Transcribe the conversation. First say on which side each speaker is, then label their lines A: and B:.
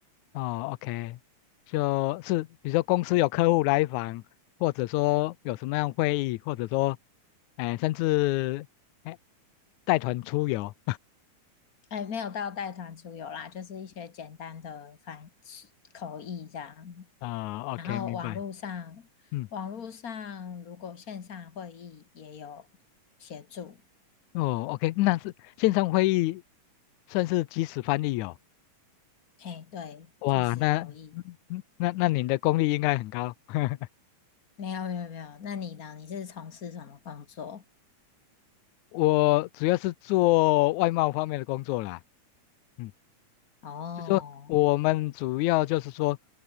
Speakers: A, on the left (about 75°); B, on the left (about 50°).
A: 哦，OK，就是比如说公司有客户来访，或者说有什么样会议，或者说，哎、甚至哎带团出游。
B: 哎，没有到带团出游啦，就是一些简单的翻口译这样。
A: <laughs> 啊、
B: 然后网络上，
A: o k 明白。嗯。
B: 网络上如果线上会议也有协助。
A: 哦，OK，那是线上会议算是即时翻译哦。
B: 嘿，对，
A: 哇，
B: 即时口译。
A: 那嗯那那你的功力应该很高。<laughs>
B: 没有没有没有，那你呢？你是从事什么工作？
A: 我主要是做外贸方面的工作啦，嗯，
B: 哦，
A: 就说我们主要就是说